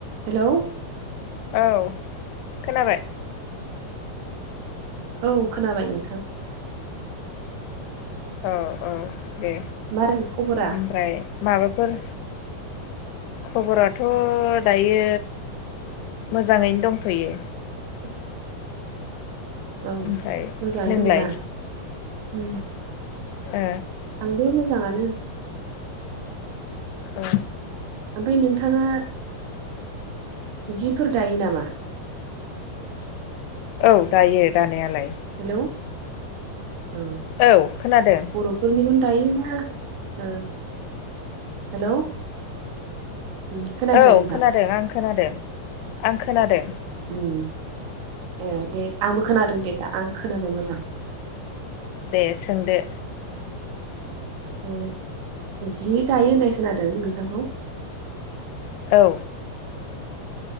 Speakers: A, on the right (about 65°); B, on the left (about 85°).
A: हेल'।
B: औ खोनाबाय।
A: औ खोनाबाय नोंथां।
B: औ औ दे
A: मारै खबरा
B: ओमफ्राय माबाफोर। खबराथ' दायो मोजाङैनो दंथ'यो।
A: <unintelligible> <inaudible> औ
B: ओमफ्राय
A: मोजाङै
B: नोंलाय
A: दंना? उम
B: ओ।
A: आंबो मोजाङानो।
B: ओ।
A: ओमफ्राय नोंथाङा। जिफोर दायो नामा?
B: औ दायो दानायालाय।
A: हेलौ। औ
B: औ खोनादों।
A: बर'फोरनिखौनो दायोना ओ हेलौ। उम खोनायाखै
B: औ
A: नोंथां
B: खोनादों आं खोनादों आं खोनादों।
A: ओम ए दे आंबो खोनादों दे दा आं खोनाबाय मोजां।
B: दे सोंदो।
A: ओम जि दायो होननाय खोनादों नोंथांखौ।
B: औ।